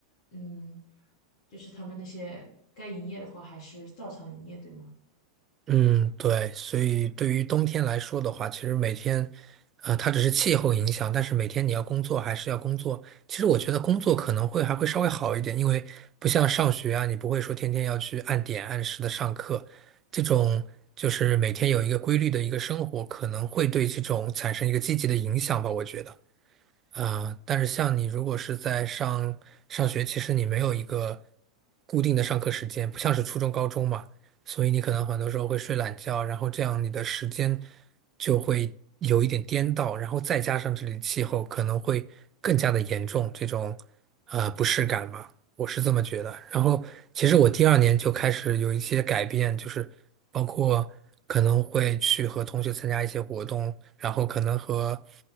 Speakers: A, on the left (about 45°); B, on the right (about 25°).
A: 嗯，就是他们那些该营业的话，还是照常营业，对吗？
B: 嗯，对，所以对于冬天来说的话，其实每天，呃，它只是气候影响，但是每天你要工作还是要工作。其实我觉得工作可能会还会稍微好一点，因为不像上学啊，你不会说天天要去按点按时的上课，这种就是每天有一个规律的一个生活，可能会对这种产生一个积极的影响吧，我觉得。啊，但是像你如果是在上上学，其实你没有一个固定的上课时间，不像是初中、高中嘛，所以你可能很多时候会睡懒觉，然后这样你的时间就会有一点颠倒，然后再加上这里的气候可能会更加的严重这种呃不适感吧。我是这么觉得。然后，其实我第二年就开始有一些改变，就是包括可能会去和同学参加一些活动，然后可能和